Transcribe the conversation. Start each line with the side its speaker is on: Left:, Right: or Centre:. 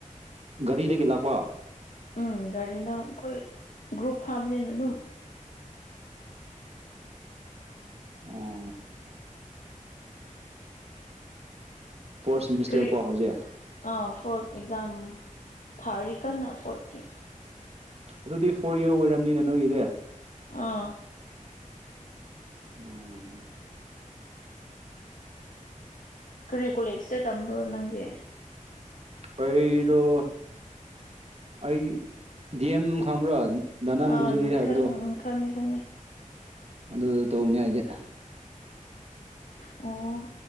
Right: ꯒꯥꯔꯤꯗꯒꯤ ꯂꯥꯛꯄ
Left: ꯎꯝ ꯒꯥꯔꯤꯅ ꯑꯩꯈꯣꯏ ꯒ꯭ꯔꯨꯞ ꯐꯥꯕꯅꯤꯅ ꯑꯗꯨꯝ
Right: ꯎꯝ ꯐꯣꯔꯠ ꯁꯤꯃꯤꯁꯇꯔꯀꯣ
Left: ꯀꯔꯤ
Right: ꯍꯧꯖꯤꯛ
Left: ꯑꯥ ꯐꯣꯔꯠ ꯑꯦꯛꯖꯥꯝ ꯊꯥꯔꯤ ꯀꯟꯅ ꯐꯣꯔꯠꯀꯤ
Right: ꯑꯗꯨꯗꯤ ꯐꯣꯔ ꯌꯔ ꯑꯣꯏꯔꯝꯅꯤꯅ ꯅꯣꯏꯒꯤꯗꯤ
Left: ꯑꯥ
Right: ꯑꯣ
Left: ꯀꯔꯤ ꯀꯨꯂꯦꯖꯇ ꯇꯝꯕ꯭ꯔꯣ ꯅꯪꯗꯤ
Right: ꯑꯩꯔꯣ ꯑꯩ ꯗꯤ ꯑꯦꯝ ꯈꯪꯕ꯭ꯔꯥ ꯗꯥꯅ
Left: ꯑꯥ
Right: ꯃꯟꯖꯨꯔꯤ ꯍꯥꯏꯕꯗꯣ
Left: ꯈꯪ ꯎꯝ ꯎꯝ ꯈꯪꯉꯦ ꯈꯪꯉꯦ
Right: ꯑꯗꯨꯗꯨ ꯇꯧꯕꯅꯤ ꯍꯥꯏꯗꯤ
Left: ꯑꯣ